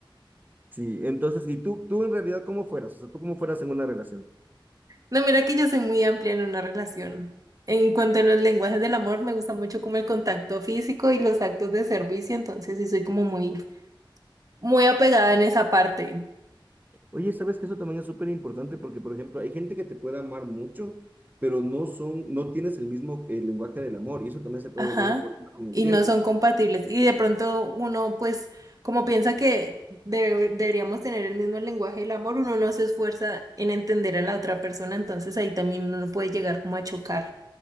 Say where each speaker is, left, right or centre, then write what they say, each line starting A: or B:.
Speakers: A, on the right; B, on the right.
A: Sí, entonces, ¿y tú, tú en realidad cómo fueras? O sea, ¿tú cómo fueras en una relación?
B: No, mira que yo soy muy amplia en una relación. En cuanto a los lenguajes del amor, me gusta mucho como el contacto físico y los actos de servicio, entonces sí soy como muy, muy apegada en esa parte.
A: Oye, ¿sabes que eso también es súper importante? Porque, por ejemplo, hay gente que te puede amar mucho, pero no son, no tienes el mismo eh, lenguaje del amor, y eso también se puede
B: Ajá.
A: volver un problema con el
B: Y
A: tiempo.
B: no son compatibles. Y de pronto uno, pues, como piensa que debe- deberíamos tener el mismo lenguaje del amor, uno no se esfuerza en entender a la otra persona, entonces ahí también uno puede llegar como a chocar.